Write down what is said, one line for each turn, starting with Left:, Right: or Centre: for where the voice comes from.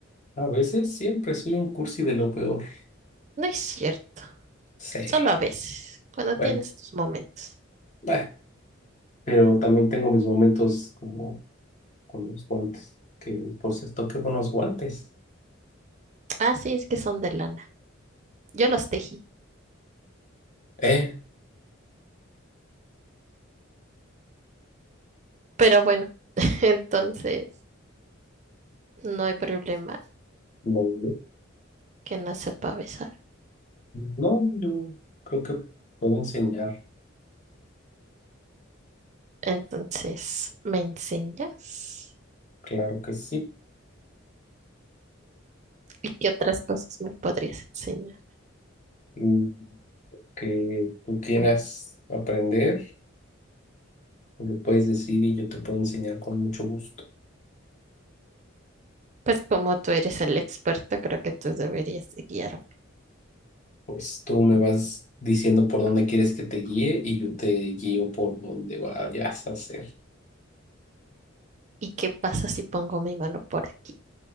Left: A veces siempre soy un cursi de lo peor.
Right: No es cierto.
Left: Sí.
Right: Solo a veces, cuando
Left: Bueno.
Right: tienes tus momentos.
Left: bah, pero también tengo mis momentos como con los guantes, que por cierto, qué buenos guantes.
Right: Ah, sí, es que son de lana. Yo los tejí,
Left: Eh,
Right: pero bueno, <laughs> entonces no hay problema
Left: no,
Right: que no sepa besar.
Left: no, yo creo que puedo enseñar,
Right: Entonces, ¿me enseñas?
Left: claro que sí.
Right: ¿Y qué otras cosas me podrías enseñar?
Left: Mm, Que tú quieras aprender, me lo puedes decir y yo te puedo enseñar con mucho gusto.
Right: Pues como tú eres el experto, creo que tú deberías de guiarme.
Left: Pues tú me vas diciendo por dónde quieres que te guíe y yo te guío por dónde vayas a hacer.
Right: ¿Y qué pasa si pongo mi mano por aquí?